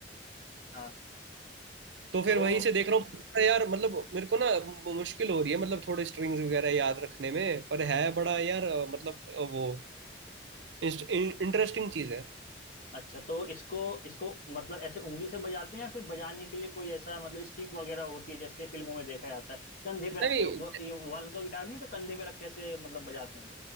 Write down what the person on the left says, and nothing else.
हाँ
तो
अच्छा तो इसको इसको मतलब ऐसे उंगली से बजाते हैं या फिर बजाने के लिए कोई ऐसा मतलब स्टिक वगैरह होती है जैसे फिल्मों में देखा जाता है कंधे पे रख
के वो ये वो वाला तो गिटार नहीं जो कंधे पे रख के ऐसे मतलब बजाते हैं